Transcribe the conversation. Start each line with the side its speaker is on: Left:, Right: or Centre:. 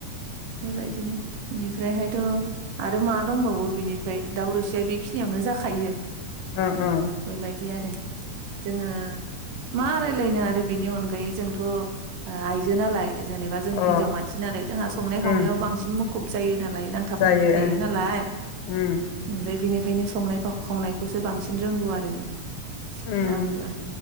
Right: बेबायदिनो बेनिफ्रायहायथ' आरो मा दंबावो बिनिफ्राय दाउरोसिया बेखिनियावनो जाखायो
Left: ओ
Right: उम
Left: ओ
Right: बेबायदि आरो जोङो मा रायलायनो आरो बिनि अनगायै जोंथ' ओ आइजो नालाय जेनेबा जों
Left: अ
Right: हिनजाव मानसि नालाय जोंहा संनाय खावनायाव
Left: उम
Right: बांसिन मुख खुब जायो नालाय नांथाबनानै
Left: जायो
Right: थायो
Left: ओं
Right: नालाय
Left: उम
Right: ओफ्राय बिनि ओंखायनो संनाय खावनायखौ बो बांसिन रोंगौ आरो जों
Left: उम
Right: आंबो